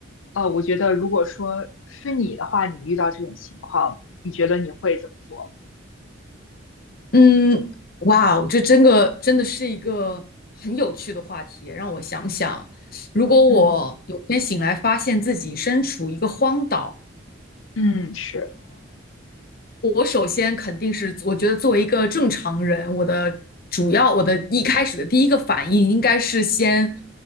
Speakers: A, on the left; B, on the left.
A: 呃，我觉得如果说是你的话，你遇到这种情况，你觉得你会怎么做？
B: 嗯，哇哦，这真的真的是一个很有趣的话题。让我想想，如果我有天醒来发现自己身处一个荒岛，
A: 嗯嗯，是，
B: 我首先肯定是，我觉得作为一个正常人，我的主要我的一开始的第一个反应应该是先